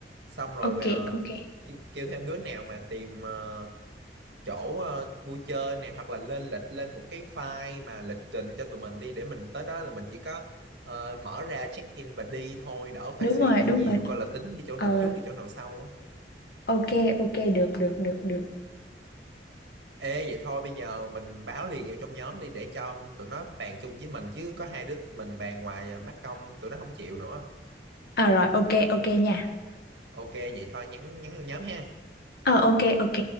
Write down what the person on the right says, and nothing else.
Xong rồi
mà
ki- kêu thêm đứa nào mà tìm ờ, chỗ ờ, vui chơi nè hoặc là lên lịch lên một cái file mà lịch trình cho tụi mình đi để mình tới đó là mình chỉ có ờ, mở ra check in và đi thôi đỡ phải
suy
nghĩ
nhiều
coi là tính đi chỗ
nào trước đi chỗ nào sau á.
Ê vậy thôi bây giờ mình báo liền vô trong nhóm đi để cho tụi nó bàn chung với mình chứ có hai đứa mình bàn ngoài mắc công tụi nó không chịu nữa.
Ok vậy thôi nhắn nhắn vô nhóm ha.